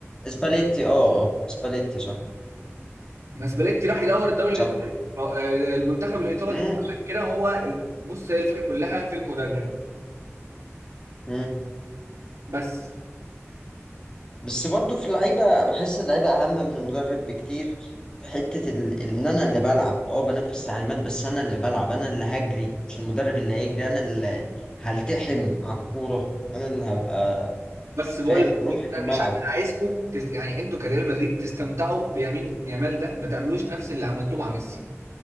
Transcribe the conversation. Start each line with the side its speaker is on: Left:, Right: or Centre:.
Left: سباليتي اه اه سباليتي صح
Right: ما سباليتي راح يدور الدوري
Left: صح
Right: الايطالي آه، المنتخب الايطالي
Left: مم.
Right: عشان كده هو ال- بص هي الفكره كلها في المدرب
Left: مم.
Right: بس
Left: بس برضو في اللعيبة بحس اللعيبة أهم من المدرب بكتير في حتة ال... إن أنا اللي بلعب اه بنفذ تعليمات بس أنا اللي بلعب أنا اللي هجري مش المدرب اللي هيجري أنا اللي هلتحم على الكورة أنا اللي هبقى
Right: بس بقول
Left: فاهم
Right: لك
Left: روحي
Right: إيه،
Left: في
Right: انا
Left: الملعب
Right: مش انا عايزكم تس... يعني انتوا كريال مدريد تستمتعوا بيمين يامال ده ما تعملوش نفس اللي عملتوه مع ميسي